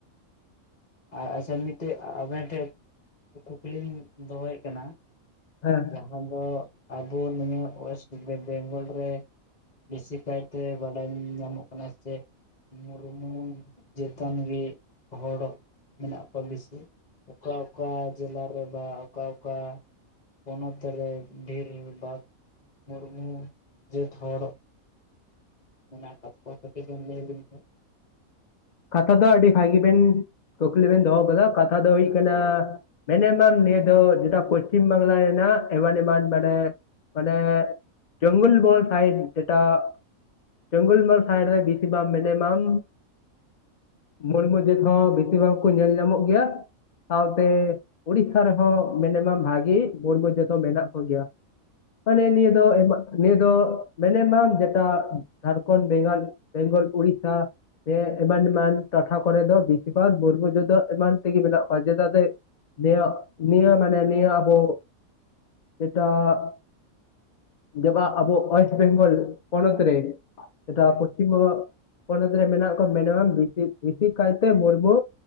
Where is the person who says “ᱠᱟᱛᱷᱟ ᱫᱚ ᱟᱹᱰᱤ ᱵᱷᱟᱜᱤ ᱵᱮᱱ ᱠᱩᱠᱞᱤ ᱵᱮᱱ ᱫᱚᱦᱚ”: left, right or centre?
Left